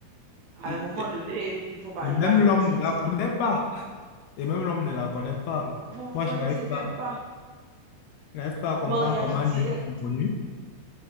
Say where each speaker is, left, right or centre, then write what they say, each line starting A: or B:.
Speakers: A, on the right; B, on the left.
A: À
B: Et,
A: un moment donné, il ne faut pas
B: et
A: jouer
B: même
A: avec
B: l'homme
A: nos sentiments.
B: ne la connaît pas. Et même l'homme ne la connaît pas.
A: Oui, Vous vous ne
B: Moi,
A: connaissez
B: je n'arrive
A: même
B: pas,
A: pas
B: je n'arrive pas à comprendre
A: mariage
B: comment deux
A: direct
B: inconnus,